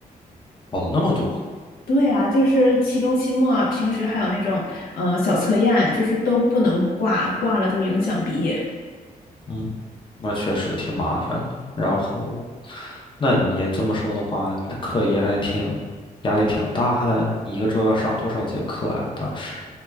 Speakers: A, on the left; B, on the left.
A: 跑了那么多。
B: 对啊，就是期中、期末啊，平时还有那种嗯、呃小测验，就是都不能挂，挂了就影响毕业。
A: 嗯，那确实挺麻烦的。然后，那你也这么说的话，你的课业还挺压力挺大的。你一个周要上多少节课啊？当时，